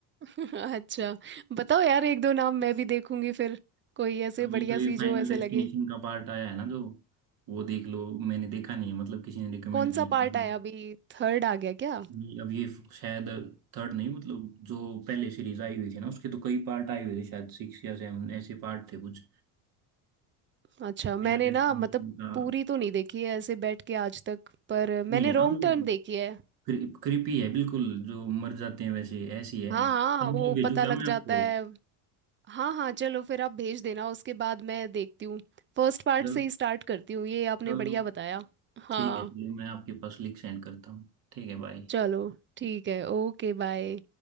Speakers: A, on the right; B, on the right.
A: अच्छा बताओ यार एक दो नाम मैं भी देखूंगी फिर कोई ऐसे
B: अभी
A: बढ़िया
B: तो ये
A: सी जो
B: फाइनल
A: ऐसे
B: डेस्टिनेशन
A: लगे
B: का पार्ट आया है ना जो वो देख लो मैंने देखा नहीं है मतलब किसी ने रिकमेंड
A: कौन सा
B: किया है।
A: पार्ट
B: अभी
A: आया अभी थर्ड आ गया क्या
B: नहीं, अब ये शायद थर्ड नहीं मतलब जो पहले सीरीज आई हुई थी ना उसके तो कई पार्ट आए हुए थे शायद सिक्स या सेवन ऐसे पार्ट थे कुछ
A: अच्छा मैंने
B: फाइनल डेस्टिनेशन
A: ना मतलब
B: का
A: पूरी तो नहीं देखी है ऐसे बैठ के आज तक पर मैंने
B: वही है
A: रॉन्ग
B: ना वो
A: टर्न देखी है
B: क्रिपी है बिल्कुल जो मर जाते हैं वैसे ऐसी है
A: हाँ
B: मतलब
A: हाँ वो
B: भेजू
A: पता
B: क्या
A: लग
B: मैं
A: जाता
B: आपको
A: है हाँ हाँ चलो फिर आप भेज देना उसके बाद मैं देखती हूँ फर्स्ट पार्ट
B: चलो
A: से ही स्टार्ट करती हूँ ये आपने
B: चलो
A: बढ़िया बताया हाँ
B: ठीक है चलो मैं आपके पास लिंक सेंड करता हूँ ठीक है बाय
A: चलो ठीक है ओके बाय